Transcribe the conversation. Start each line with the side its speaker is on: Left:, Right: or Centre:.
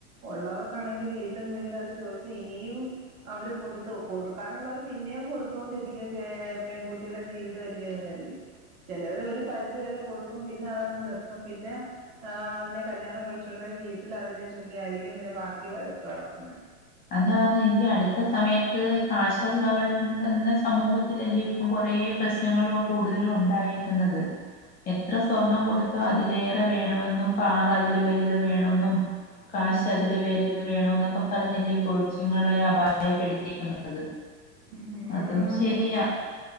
Right: ഉള്ളവർക്കാണെങ്കി വീണ്ടും വീണ്ടും അവര് ചോദിച്ച ഇനിയും അവര് കൊടുത്തു കൊടുക്കാനുള്ളവര് പിന്നെയും കൊടുത്തോണ്ടിരിക്കും. പെൺകുട്ടിയുടെ ജീവിതമലെന്ന് കരുതി ചിലവർ ഒരു പരിധി വരെ കൊടുക്കും പിന്നെ അതങ്ങ് നിർത്തും പിന്നെ അതിനെ കല്യാണം കഴിച്ചു കൊണ്ട പോയി വീട്ടിൽ അതിനെ ചൊല്ലിയിരിക്കും ന്നെ ബാക്കി വഴക്ക് നടക്കുന്ന
Left: അതാണ് ഈ അടുത്ത സമയത്ത് കാശുള്ളവരുടെ എന്ന സമൂഹത്തില്ലേ ഇപ്പം കൊറേ പ്രശ്നങ്ങൾ കൂടുതലും ഉണ്ടായേക്കുന്നത്. എത്ര സ്വർണം കൊടുത്തോ അതിലേറെ വേണെന്നും കാർ അതില് വലുത് വേണെന്നും കാശ് അതില് വലുത് വേണോ എന്നൊക്കെ പറഞ്ഞ കൊച്ചുങ്ങളെ അപായപ്പെടുത്തിക്കുന്നത്
Right: അതുങ്ങനത്തെ
Left: അതും ശരിയാ